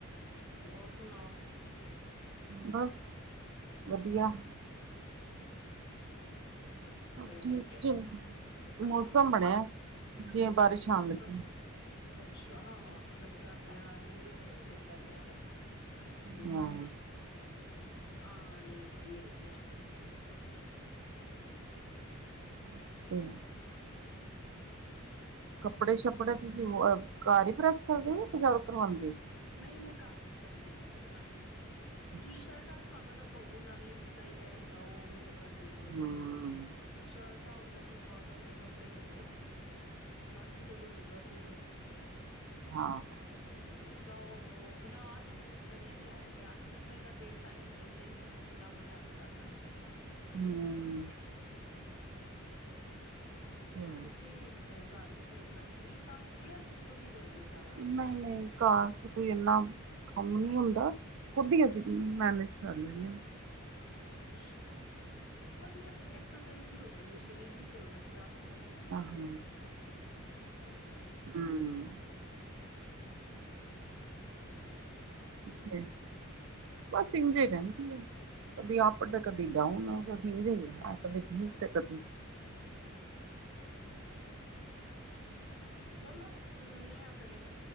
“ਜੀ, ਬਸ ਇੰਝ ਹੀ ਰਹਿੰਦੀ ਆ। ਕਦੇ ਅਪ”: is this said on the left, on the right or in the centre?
Right